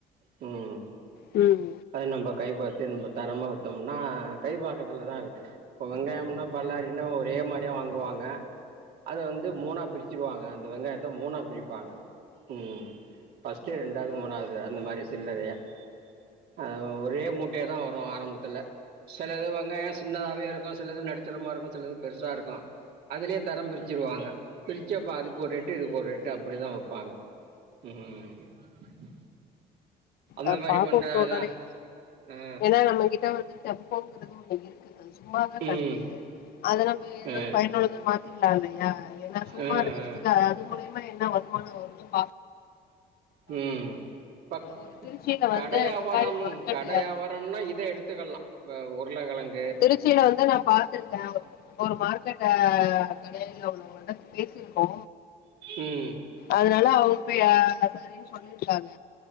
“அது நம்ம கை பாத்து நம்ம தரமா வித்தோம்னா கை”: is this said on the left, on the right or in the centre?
Right